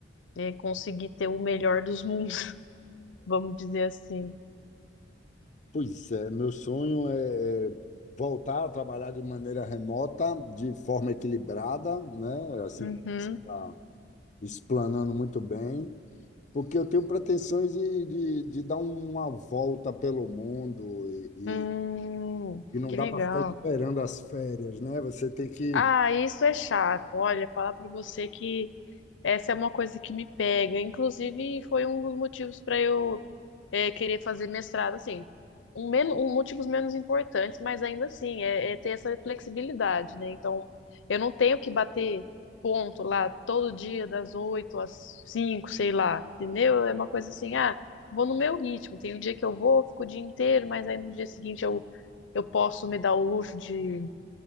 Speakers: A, on the left; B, on the left.
A: né? Conseguir ter o melhor dos mundos, <laughs> vamos dizer assim.
B: Pois é, meu sonho é, é voltar a trabalhar de maneira remota, de forma equilibrada, né? Assim
A: Uhum.
B: como você está explanando muito bem, porque eu tenho pretensões de, de, de dar uma volta pelo mundo e,
A: Hum,
B: e, e não
A: que
B: dá
A: legal.
B: para ficar esperando as férias, né? Você tem que.
A: Ah, isso é chato. Olha, falar pra você que Essa é uma coisa que me pega. Inclusive, foi um dos motivos para eu é, querer fazer mestrado, assim. Um, men um motivos menos importantes, mas ainda assim, é, é ter essa flexibilidade, né? Então, eu não tenho que bater ponto lá todo dia, das oito às cinco, sei lá, entendeu? É uma coisa assim, ah, vou no meu ritmo. Tem um dia que eu vou, fico o dia inteiro, mas aí no dia seguinte eu, eu posso me dar o luxo de